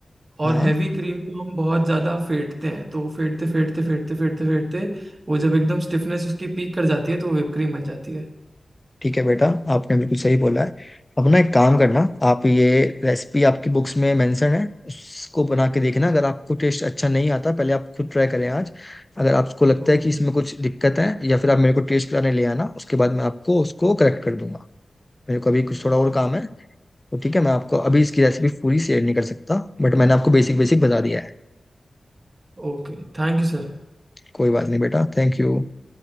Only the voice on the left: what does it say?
हाँ
ठीक है बेटा आपने बिल्कुल सही बोला है अपना एक काम करना आप ये रेसिपी आपकी बुक्स में मेंशन है उसको बना के देखना अगर आपको टेस्ट अच्छा नहीं आता पहले आप खुद ट्राई करें आज अगर आपको लगता
है कि इसमें कुछ दिक्कत है या फिर आप मेरे को टेस्ट कराने ले आना उसके बाद मैं आपको उसको करेक्ट कर दूंगा मेरे को अभी कुछ थोड़ा और काम है तो ठीक है मैं आपको अभी इसकी रेसिपी पूरी शेयर नहीं कर सकता बट मैंने आपको बेसिक बेसिक बता दिया है
कोई बात नहीं बेटा थैंक यू